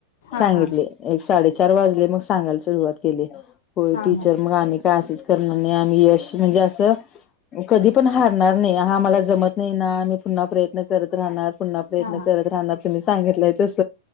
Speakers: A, on the left; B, on the left.
A: हा
B: सांगितले
A: हा
B: एक साडेचार वाजले मग सांगायला सुरुवात केली होय
A: हा
B: टीचर
A: हा
B: मग आम्ही ते असच करणार नाही आम्ही यश म्हणजे असं कधी पण हारणार नाही हा मला जमत नाही ना मी पुन्हा प्रयत्न करत राहणार. पुन्हा प्रयत्न
A: हा
B: करत राहणार तुम्ही सांगितलंय तस